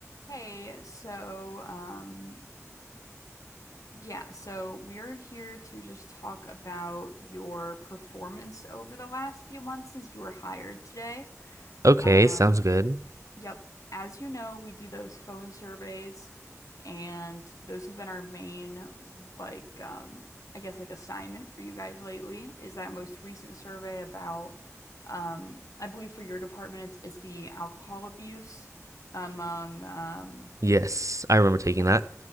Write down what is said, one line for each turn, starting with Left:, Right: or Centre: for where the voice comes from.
Left: Hey, so um yeah, so we're here to just talk about your performance over the last few months since you were hired today.
Right: Okay,
Left: Um
Right: sounds good.
Left: yep, as you know, we do those phone surveys and those have been our main like um I guess like assignment for you guys lately is that most recent survey about um I believe for your department it's, it's the alcohol abuse among um
Right: Yes, I remember taking
Left: I,
Right: that.